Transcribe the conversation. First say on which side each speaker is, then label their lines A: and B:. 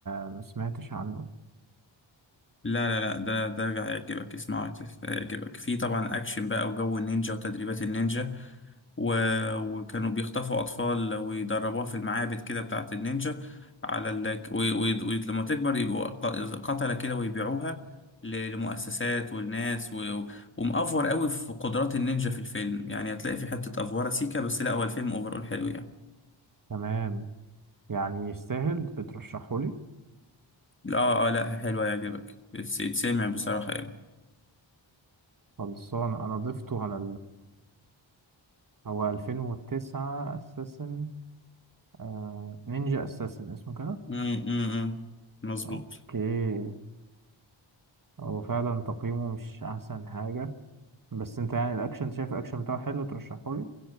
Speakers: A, on the right; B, on the left.
A: آه، ما سمعتش عنه
B: لا لا لا ده ده هيعجبك اسمعه هيتف- هيعجبك في طبعا اكشن بقى وجو النينجا وتدريبات النينجا و... وكانوا بيخطفوا اطفال ويدربوها في المعابد كده بتاعه النينجا على ال... و... و... ولما تكبر يبقوا ق- قتلة كده ويبيعوها ل... لمؤسسات والناس و... ومأفور قوي في قدرات النينجا في الفيلم يعني هتلاقي في حتة افوره سيكا بس لا هو الفيلم اوفرول حلو يعني
A: تمام يعني يستاهل بترشحه لي
B: اه اه لا حلو هيعجبك يتس- يتسمع بصراحة يعني
A: خلصان انا ضفته على هو 2009 اساسن آه... نينجا اساسن اسمه كده
B: امم امم مظبوط
A: اوكي هو فعلا تقييمه مش احسن حاجة بس انت يعني الاكشن أنت شايف الاكشن بتاعه حلو ترشحه لي